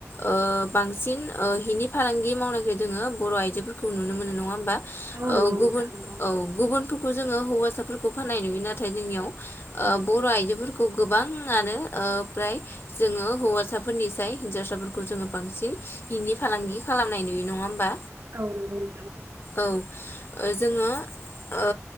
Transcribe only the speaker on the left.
ओ बांसिन ओ हिनि फालांगि मावनायखौ जोङो बर' आयजोफोरखौ नुनो मोन नङा औ
गुबुन
औ गुबुनफोरखौ जोङो हौवासाफोरखौ फाननाय नुयो नाथाय जोंनियाव ओ
बर आइजोबो खौ गोबाङानो फ्राय जोङो हौवासाफोरनिसाय हिनजावसाफोरखौ जोङो बांसिन हिनि फालांगि खालामनाय नुयो नङा होमबा।
औ जोङो ओ